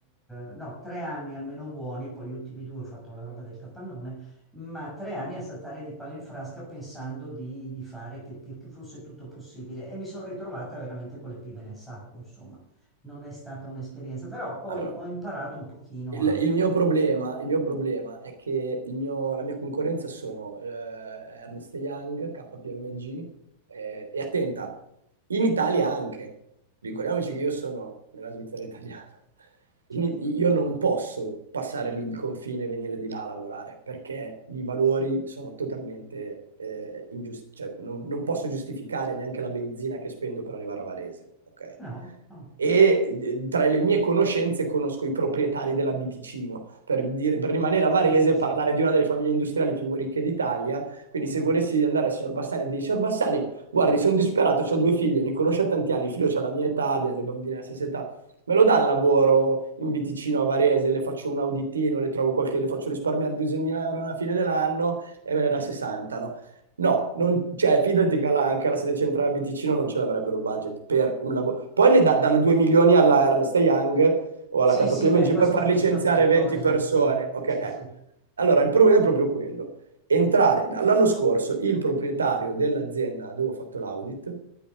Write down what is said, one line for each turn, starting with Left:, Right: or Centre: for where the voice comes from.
Centre: eh, no, tre anni almeno buoni, poi gli ultimi due ho fatto la roba del capannone, ma tre anni a saltare di palo in frasca pensando di, di fare che, che- che fosse tutto possibile e mi sono ritrovata veramente con le pive nel sacco, insomma non è stata un'esperienza, però poi
Right: Allora,
Centre: ho imparato un pochino
Right: Il,
Centre: a...
Right: il mio problema, il mio problema è che il mio- la mia concorrenza sono eh, Ernst Young, KPMG eh, e attenta, in Italia anche. Ricordiamoci che io sono nella Svizzera italiana in-
Centre: Certo,
Right: io non posso passare il confine e venire di là a lavorare perché i valori sono totalmente eh, ingiusti, cioè non, non posso giustificare neanche la benzina che spendo per arrivare a Varese, ok?
Centre: no, no. Ah,
Right: E eh, tra le mie conoscenze conosco i proprietari della Biticino, per, dire- per rimanere
Centre: Sì,
Right: a Varese
Centre: sì,
Right: e
Centre: sì.
Right: parlare di una delle famiglie industriali più ricche d'Italia. Quindi
Centre: Mm.
Right: se volessi andare al signor Bassani e dire, signor Bassani, guardi, sono disperato, ho due figlie, mi conosce da tanti anni, il figlio ha la mia età, abbiamo le bambine alla stessa età, Me lo dà il lavoro in Biticino a Varese, le faccio un auditino, le trovo qualche, le faccio risparmiare 2.000 euro alla fine dell'anno e me ne dà 60, no? No, non- cioè, fidati che la- anche la sede centrale a Biticino non ce l'avrebbero il budget per un lavoro. Poi ne da- danno 2 milioni alla Ernst Young o
Centre: Sì,
Right: alla KPMG
Centre: sì, beh, questo
Right: per far
Centre: ho visto
Right: licenziare
Centre: delle cose.
Right: 20 persone.
Centre: Mm.
Right: Ok,
Centre: Sì,
Right: ecco.
Centre: sì.
Right: Allora, il problema è proprio quello. Entrare, l'anno scorso il proprietario dell'azienda dove ho fatto l'audit